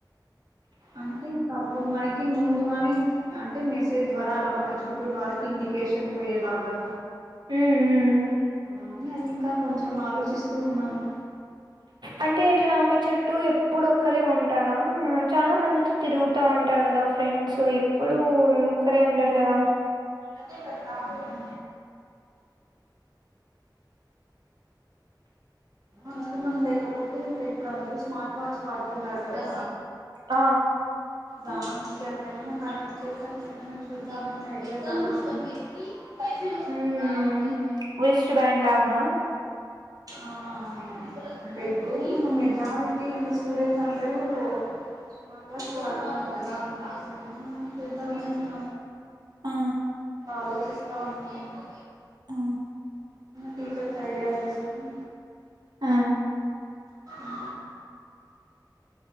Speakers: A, on the right; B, on the right.
A: అంటే ఇంకా అప్పుడు మనకి ముందుగానే అంటే మెసేజ్ ద్వారా అలా మన చుట్టూ ఉన్న వాళ్ళకి ఇండికేషన్ పోయేలాగా
B: ఉమ్ ఉమ్
A: అలా అ అది ఇంకా కొంచెం ఆలోచిస్తూ ఉన్నాము
B: అంటే ఇట్లా ఆమె చుట్ట టూ ఎప్పుడు ఒక్కరే ఉంటారా చాలా మందితో తిరుగుతూ ఉంటారు కదా ఫ్రెండ్స్ ఎప్పుడూ ఒకరే ఉండరు కదా
A: అదేద రాములు అ అనుకున్నాం లేకపోతే ఇంకా ఇప్పుడు అందరూ స్మార్ట్ వాచ్ వాడుతుంటారు కదా
B: ఆ
A: దానికి అట్ల ఏమై కనెక్ట్ చేసి అట్ల ఏమైన్నా చూద్దామని ఐడియాలో ఉన్నాము పైస చూసుకుందా
B: మ్మ్
A: పైస
B: వెస్ట్ బ్యాండ్ లాగనా
A: ఆ అవును ఇంకా ఇప్పుడు ఇంకా మెజారిటీ ఇంకా స్టూడెంట్స్ అ జరువు మాకు వాళ్క మళ్కదా అట్లానే అద్దామ ఉన్నా
B: ఆ
A: ఆలోచిస్తా ఉన్నాను
B: ఆ
A: టీచర్స్ ఐడియాలు తీసుకుని
B: ఆ
A: ఆ